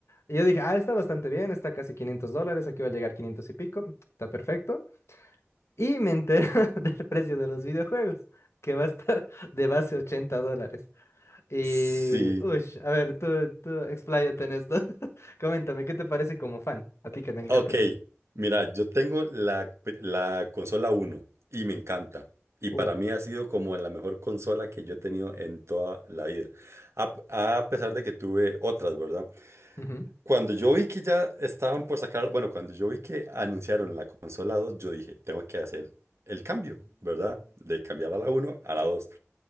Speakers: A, on the left (about 70°); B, on the right (about 70°).
A: Y yo dije, ah, está bastante bien, está casi 500 dólares, aquí va a llegar 500 y pico, está perfecto. Y me enteré <laughs> del precio de los videojuegos, que va a estar de base 80 dólares. Y,
B: Sí.
A: uy, a ver, tú, tú expláyate en esto. <laughs> Coméntame, ¿qué te parece como fan? A ti que te encanta.
B: Ok,
A: el-
B: mira, yo tengo la, la consola uno y me encanta. Y
A: Uh,
B: para mí ha sido como la mejor consola que yo he tenido en toda la vida. A, a pesar de que tuve otras, ¿verdad?
A: ujú,
B: Cuando yo vi que ya estaban por sacar, bueno, cuando yo vi que anunciaron la consola 2, yo dije, tengo que hacer el cambio, ¿verdad? De cambiar a la uno a la 2.